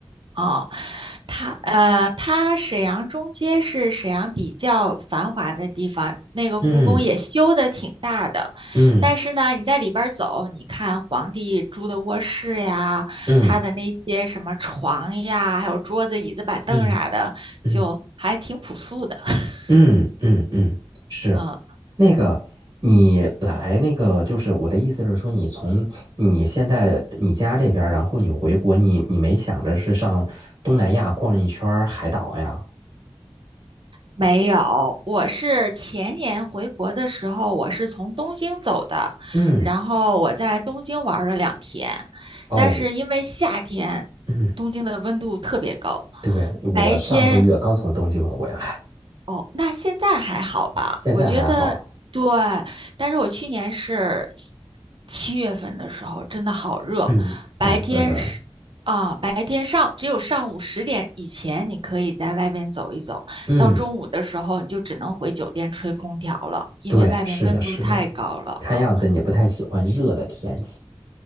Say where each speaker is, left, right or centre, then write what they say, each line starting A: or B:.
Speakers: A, on the right; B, on the right.
A: 哦，它呃，它沈阳中街是沈阳比较繁华的地方，那个故宫也修的挺大的，
B: 嗯嗯
A: 但是呢，你在里边儿走，你看皇帝住的卧室呀，
B: 嗯
A: 他的那些什么床呀，还有桌子、椅子、板凳啥的，
B: 嗯嗯嗯。
A: 就还挺朴素的。
B: 嗯
A: <laughs>
B: 嗯嗯嗯，是那个，
A: 嗯。
B: 你来那个，就是我的意思是说，你从你现在你家这边儿然后你回国，你你没想着是上东南亚逛一圈儿海岛呀？
A: 没有，我是前年回国的时候，我是从东京走的，
B: 嗯，
A: 然后我在东京玩儿了两天，
B: 哦，
A: 但是因为夏天，
B: 嗯，
A: 东京的温度特别高，
B: 对，我上个月刚从东京回来，
A: 白天哦，那现在还好吧？
B: 现在还好，
A: 我觉得对，但是我去年是七月份的时候，真的好热，
B: 嗯，
A: 白天是啊、
B: 挺热的，
A: 白天上只有上午十点以前你可以在外边走一走，
B: 嗯，
A: 到中午的时候你就只能回酒店吹空调了，因为外边温度太高了啊。
B: 对，是的，是的，看样子你不太喜欢热的天气。